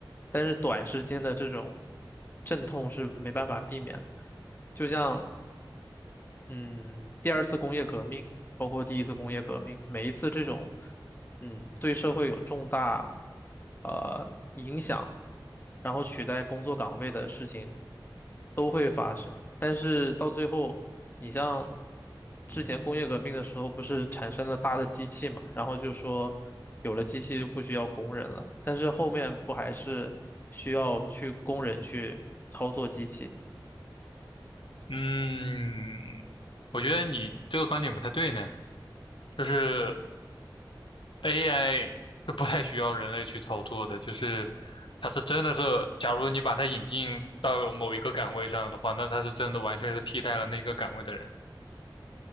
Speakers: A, on the left; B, on the left.
A: 但是短时间的这种阵痛是没办法避免的就像嗯，第二次工业革命，包括第一次工业革命，每一次这种，嗯，对社会有重大呃影响，然后取代工作岗位的事情都会发生。但是到最后，你像之前工业革命的时候，不是产生了大的机器嘛，然后就说有了机器就不需要工人了，但是后面不还是需要去工人去操作机器？
B: 嗯，我觉得你这个观点不太对呢，就是。AI 是不太需要人类去操作的，就是它是真的是，假如你把它引进到某一个岗位上的话，那它是真的完全是替代了那个岗位的人。